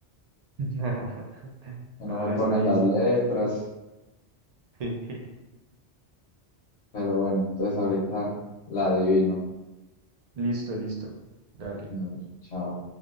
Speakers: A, on the right; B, on the left.
A: <laughs>
B: y no
A: Nada,
B: me ponen
A: está easy.
B: las letras,
A: <laughs>
B: pero bueno, entonces ahorita la adivino.
A: Listo, listo. Dale.
B: No, chao.